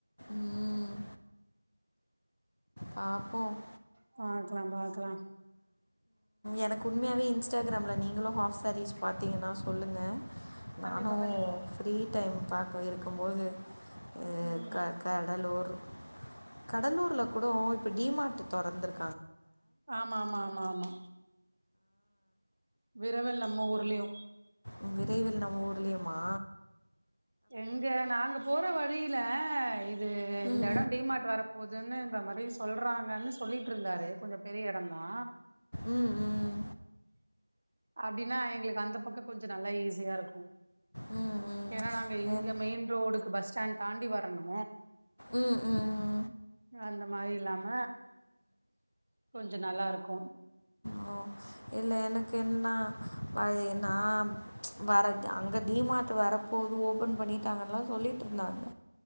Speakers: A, on the left; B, on the right.
A: ம் பார்ப்போம்
B: பாக்கலா பாக்கலா
A: எனக்கு உண்மையாவே இன்ஸ்டாகிரம்ல நீங்களும் ஹாஃப் சாரீஸ் பாத்தீங்கன்னா சொல்லுங்க
B: கண்டிப்பா
A: நானு
B: கண்டிப்பா
A: ஃப்ரீ டைம் பாக்க இருக்கும்போது அஹ்
B: ம்
A: க கடலூர் கடலூர்ல கூடோ இப்போ டிமார்ட் தொறந்துருக்
B: ஆமா ஆமா ஆமா ஆமா விரைவில் நம்ம ஊர்லயு
A: உ விரைவில் நம்ம ஊர்லயுமா
B: எங்க நாங்க போற வழியில து இந்த
A: ம்
B: எடம் டிமார்ட் வர போதுன்னு இந்த மா ரி சொல்றாங்கன்னு சொல்லிட்டு இருந்தாரு கொஞ்ச பெரிய எடம் தா
A: ம் ம்
B: அப்டின்னா எங்களுக்கு அந்த பக்கோ கொஞ்ச நல்லா ஈஸியா இருக்கு
A: ம் ம்
B: ஏன்னா நாங் இங்க
A: என்-
B: மெயின் ரோடுக்கு பஸ் ஸ்டாண்ட் தாண்டி வரணு
A: ம் ம் ம்
B: அந்த மாரி இல்லாம கொஞ்சோ நல்லா இருக்கு
A: ஹோஹ் இல்ல எனக்கு என்னனா வ அது நா வரது அங்க டிமார்ட் வரப்போ போது ஓபன் பண்ணிட்டாங்கன்ளா சொல்லிட்டு இருந்தாங்க